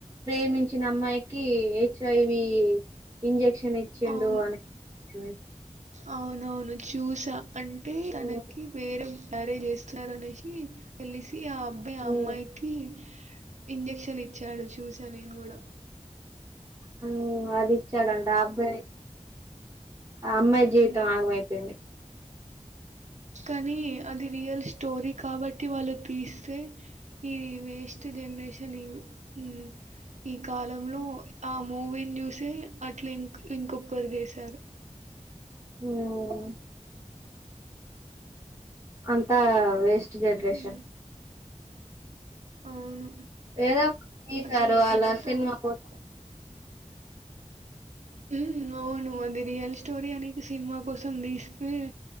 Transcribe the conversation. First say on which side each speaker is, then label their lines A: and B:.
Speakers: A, on the right (about 20°); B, on the right (about 65°).
A: ప్రేమించిన అమ్మాయికి హెచ్ ఐ వి ఇంజక్షన్ నిచ్చిండు
B: అవును.
A: అని <unintelligible>
B: అవునవును చూసా అంటే
A: ఉమ్
B: తనకి వేరే మేరేజ్ చేస్తున్నారనేసి తెలిసి ఆ అబ్బాయి
A: ఉమ్,
B: ఆ అమ్మాయికి ఇంజెక్షన్ ఇచ్చాడు చూసా నేను కూడా
A: హ్మ్ అది ఇచ్చాడంట ఆఅబ్బాయి ఆ అమ్మాయి
B: హ్మ్.
A: జీవితం ఆగమైపోయింది
B: కానీ అది రియల్ స్టోరీ కాబట్టి వాళ్ళు తీస్తే ఈది వేస్ట్ జనరేషన్ ఉమ్ ఈ కాలంలో ఆ మూవీని చూసే అట్లా ఇం ఇంకొకరి చేసారు
A: ఉమ్ అంతా వేస్ట్ జనరేషన్
B: హ్మ్. అవును
A: ఏదో తీశారు
B: అసలు
A: అలా
B: ఎంతో
A: సినిమా కోసం
B: ఉమ్ అవును అది రియల్ స్టోరీ అనేది సినిమా కోసం తీస్తే